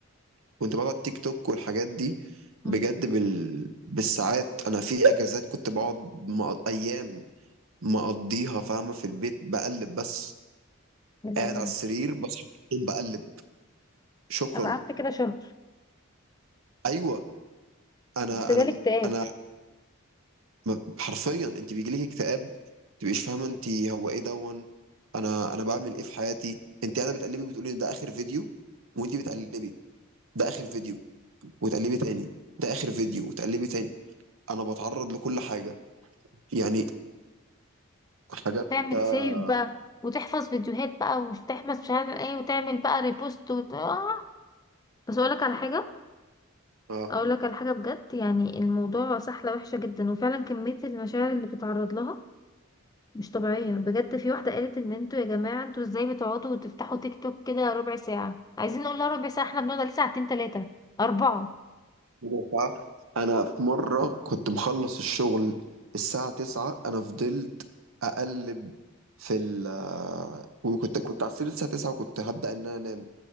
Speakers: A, on the right (about 70°); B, on the left (about 15°).
A: كنت باقعد تيك توك والحاجات دي
B: مم.
A: بجد بال بالساعات، أنا في أجازات كنت باقعد مق أيام مقضّيها فاهمة في البيت باقلّب بس،
B: يا لهوي.
A: قاعد على السرير باصحى من النوم باقلّب، شكرًا،
B: انا قعدت كده شهر
A: أيوه أنا
B: بس جالي
A: أنا
B: اكتئاب
A: أنا م- حرفيا انت بيجيلك اكتئاب تبقيش فاهمه انت هو ايه دون انا انا بعمل ايه في حياتي انت قاعده بتقلبي بتقولي ان ده اخر فيديو وانت بتقلبي ده اخر فيديو وتقلبي تاني ده اخر فيديو وتقلبي تاني انا بتعرض لكل حاجه يعني حاجات
B: تعمل
A: اه
B: سيف بقى وتحفظ فيديوهات بقى وتحفظ مش عارف ايه وتعمل بقى ريبوست وت... آه. بس اقول لك على حاجة
A: آه،
B: اقول لك على حاجه بجد يعني الموضوع سحله وحشه جدا وفعلا كميه المشاعر اللي بتتعرض لها مش طبيعيه بجد في واحده قالت ان انتوا يا جماعه انتوا ازاي بتقعدوا وتفتحوا تيك توك كده ربع ساعه عايزين نقول لها ربع ساعه احنا بنقعد عليه ساعتين ثلاثه اربعه
A: مجرحة. انا في مره كنت مخلص الشغل الساعه 9 انا فضلت اقلب في ال آه، وكنت كنت على السرير الساعه 9 وكنت هبدا ان انا انام